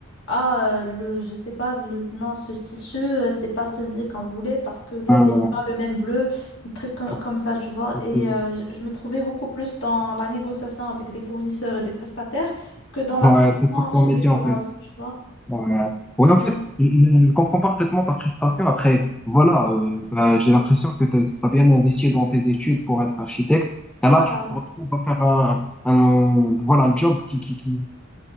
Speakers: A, on the left; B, in the centre.
A: ah, euh, le, je sais pas, le, non, ce tissu, euh, c'est pas celui qu'on voulait parce que le-
B: Ah,
A: c'est
B: ouais,
A: pas le même bleu, un truc com-
B: ok.
A: comme, ça, tu vois.
B: Ok.
A: Et euh, je je me trouvais beaucoup plus dans la négociation avec des fournisseurs et des prestataires que dans la
B: Ouais,
A: conception
B: c'est pas
A: architecturale,
B: pour métier en fait.
A: tu vois.
B: Ouais, Ouais, en
A: Oui,
B: fait, je, je- je comprends parfaitement ta frustration. Après, voilà, euh, bah, j'ai l'impression que tu as bien investi dans tes études pour être architecte. Et
A: Voilà,
B: là, tu te retrouves à faire un, un- voilà, un job qui, qui, qui,